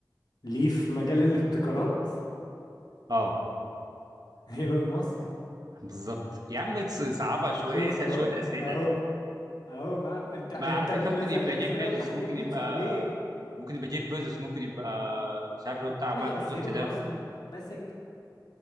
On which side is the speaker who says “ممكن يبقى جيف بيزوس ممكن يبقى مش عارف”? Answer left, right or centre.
Right